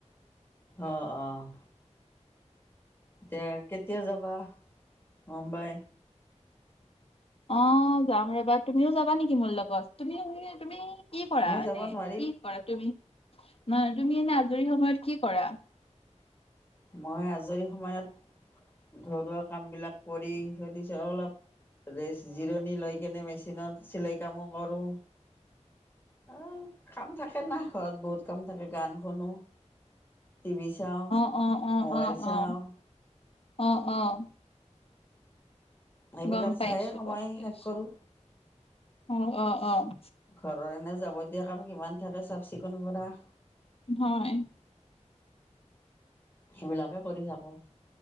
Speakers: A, on the left; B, on the left.
A: অঁ অঁ। এতিয়া কেতিয়া যাবা মুম্বাই?
B: অঁ যাম ৰবা, তুমিও যাবা নেকি মোৰ লগত? তুমি তুমি কি কৰা
A: মই যাব
B: এনে?
A: নোৱাৰিম,
B: কি কৰা তুমি, মানে তুমি এনে আজৰি সময়ত কি কৰা?
A: মই আজৰি সময়ত ঘৰুৱা কাম বিলাক কৰি ধৰি লোৱা অলপ ৰেষ্ট জিৰণি লৈ কেনে মেচিনত চিলাই কামো কৰোঁ। এ কাম থাকে না ঘৰত বহুত কাম থাকে গান শুনো। তিভি চাওঁ।
B: অঁ অঁ অঁ
A: মোবাইল
B: অঁ,
A: চাওঁ,
B: অঁ অঁ।
A: সেইবিলাক
B: গম পাইছো
A: চায়ে সময়
B: গম পাইছো
A: শেষ কৰোঁ।
B: অ' অ' অ'।
A: ঘৰৰ এনে যাবতীয়া কাম কিমান থাকে চাফ চিকুণ কৰা।
B: হয়।
A: সেইবিলাকে কৰি থাকো,